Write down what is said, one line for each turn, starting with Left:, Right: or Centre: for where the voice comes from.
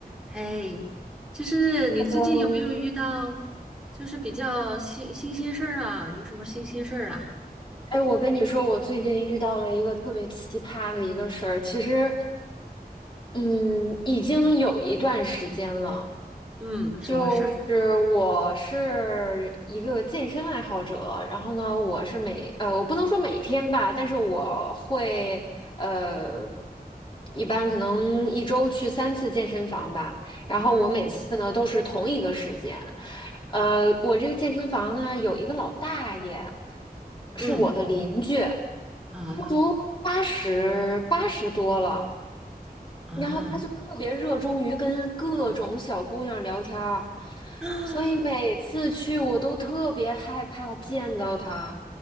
Centre: 嘿，就是你最近有没有遇到，
Left: 嗯，
Centre: 就是比较新新鲜事儿啊？有什么新鲜事儿啊？
Left: 哎，我跟你说，我最近遇到了一个特别奇葩的一个事儿。其实，嗯，已经有一段时间了。
Centre: 嗯，什么事儿？
Left: 就是我是一个健身爱好者，然后呢，我是每呃，我不能说每天吧，但是我会呃，一般可能一周去三次健身房吧，然后我每次呢都是同一个时间，
Centre: 嗯
Left: 呃，
Centre: 嗯
Left: 我这个健身房呢有一个老大爷，是我的邻居，
Centre: 嗯啊
Left: 他都八十八十多了。
Centre: 啊
Left: 然后他就特别热衷于跟各种小姑娘聊天儿，
Centre: 啊
Left: 所以每次去我都特别害怕见到他，